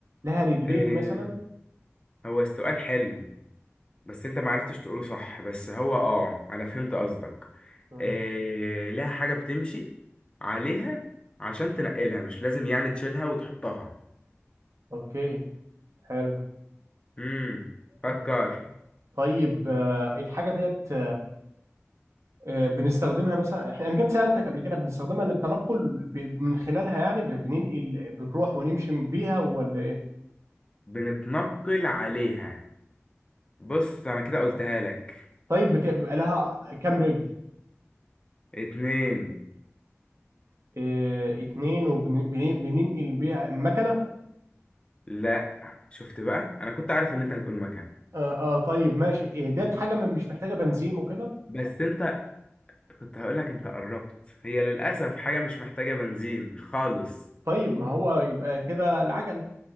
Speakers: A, on the right (about 75°); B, on the left (about 20°).
A: لها رجلين
B: إيه
A: مثلا
B: هو السؤال حلو بس انت معرفتش تقوله صح بس هو اه انا فهمت قصدك
A: مم.
B: إيه لها حاجة بتمشي عليها عشان تنقلها مش لازم يعني تشيلها وتحطها
A: اوكي حلو
B: امم فكر
A: آه. طيب آه، الحاجه ديت آه، بنستخدمها مثلا احنا انا كنت سالتك قبل كده بنستخدمها للتنقل ب... من خلالها يعني ب- بننقل بنروح ونمشي بيها ولا ايه؟
B: بنتنقل عليها بص انا كده قلتها لك
A: طيب بت- بيبقى لها كام رجل؟
B: اتنين
A: إيه اتنين وبننقل بيها المكنه؟
B: لا شفت بقى انا كنت عارف ان انت هتقول مكان
A: اه, آه طيب ماشي إيه ديت حاجه ما- مش محتاجه بنزين وكده؟
B: بس انت كنت هقولك انت قربت هي للأسف حاجة مش محتاجة بنزين خالص
A: طيب ما هو يبقى كده العجله